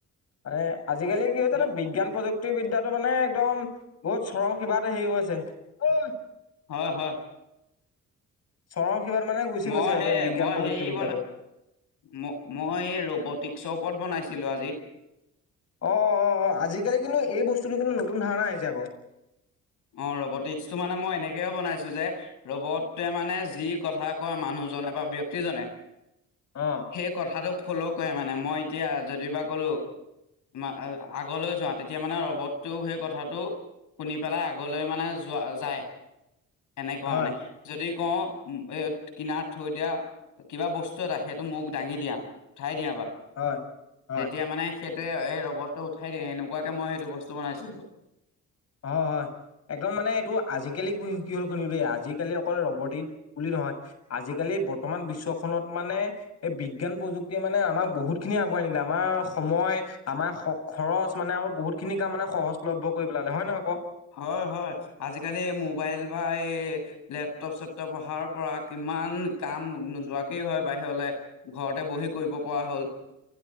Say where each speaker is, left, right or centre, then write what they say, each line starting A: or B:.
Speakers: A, on the left; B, on the left.
A: মানে আজিকালি কি হৈছে
B: ম-
A: তোৰ বিজ্ঞান প্ৰযুক্তি ক্তি বিদ্যাটো মানে একদম বহুত চৰম সীবাতে হেৰি <unintelligible>
B: হয়, হয়।
A: চৰম সিবাত মানে গুচি
B: মই
A: গৈছে এইটো
B: হেই
A: বিজ্ঞান
B: মই
A: প্ৰযুক্তিবিদ্যাটো
B: হেৰি বনাই ম-মই এই ৰবটিক্সৰ ওপৰত বনাইছিলো আজি।
A: অ', অ', অ', আজিকালি কিন্তু এই বস্তুটো কিন্তু নতুন ধাৰণা আহিছে আকৌ।
B: অ', ৰবটিক্স টো মানে মই এনেকে বনাইছোঁ যে ৰবটতোয়ে মানে যি কথা কয় মানুহজনে বা ব্যক্তিজনে।
A: অ'।
B: সেই কথাটো ফ'ল' কৰে মানে মই এতিয়া যদিবা ক'লোঁ <unintelligible> আগলৈ যোৱা, তেতিয়া মানে ৰ'বটটো সেই কথাটো শুনি পেলাই আগলৈ মানে যোৱা যায়, এনেকুৱা
A: হয়,
B: মানে। যদি কওঁ এ কিনাৰত থৈ দিয়া। কিবা বস্তু এটা সেইটো মোক দাঙি দিয়া, উঠাই দিয়া বা
A: হয়, হয়।
B: তেতিয়া মানে সেইটোৱে এই ৰবৰটো উঠাই দিয়ে এনেকুৱাকে মই সেইটো বস্তু বনাইছিলোঁ।
A: অ', হয়। একদম মানে এইটো আজিকালি কি হ'ল শুনিবি <unintelligible> আজিকালি অকল ৰবটিক বুলি নহয়। আজিকালি বৰ্তমান বিশ্বখনত মানে এই বিজ্ঞান প্ৰযুক্তিয়ে মানে আমাক বহুত খিনি আগুৱাই নিলে আমাৰ সময় আমাৰ খৰচ মানে আৰু বহুত খিনি কাম মানে সহজলভ্য কৰি পেলালে, হয় নে নহয় ক'?
B: হয়, হয়, আজিকালি মোবাইল বা এই লেপটপ-চেপটপ অহাৰ পৰা কিমান কাম নোযোৱাকেই হয় বাহিৰলৈ। ঘৰতে বহি কৰিব পৰা হ'ল।